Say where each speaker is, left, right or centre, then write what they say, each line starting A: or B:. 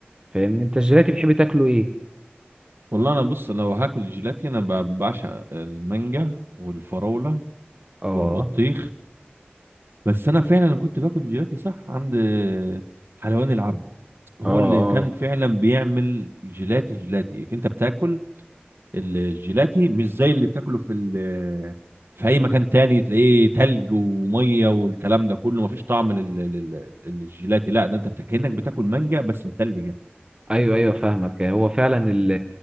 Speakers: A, on the right; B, on the right.
A: فاهمني انت الجيلاتي بتحب تاكله ايه
B: والله أنا بص أنا لو هاكل جيلاتي أنا ب- بعشق المانجا والفراولة
A: اه
B: والبطيخ بس انا فعلا كنت باكل جيلاتي صح عند حلواني العبد هو
A: اه اه
B: اللي كان فعلا بيعمل جيلاتي جيلاتي انت بتاكل الجيلاتي مش زي اللي بتاكله في ال- في اي مكان تاني تلاقيه تلج وميه والكلام ده كله مفيش طعم لل- لل- للجيلاتي لا ده انت بتا- كأنك بتاكل مانجا بس متلجه
A: ايوه ايوه فاهمك هو فعلا ال